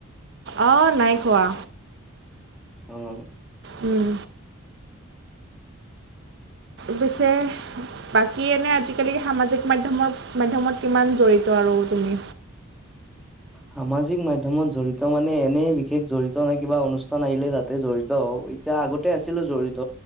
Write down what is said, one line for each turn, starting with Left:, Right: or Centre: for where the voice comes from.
Right: অ, নাই খোৱা।
Centre: উম,
Right: উম, পিছে বাকী এনে আজিকালি সামাজিক মাধ্যমৰ - মাধ্যমত কিমান জড়িত? ত আৰু তুমি?
Centre: সামাজিক মাধ্যমত জড়িত মানে এনে বিশেষ জড়িত নাই কিবা অনুষ্ঠান আহিলে তাতে জড়িত হও। এতিয়া আগতে আছিলো জড়িত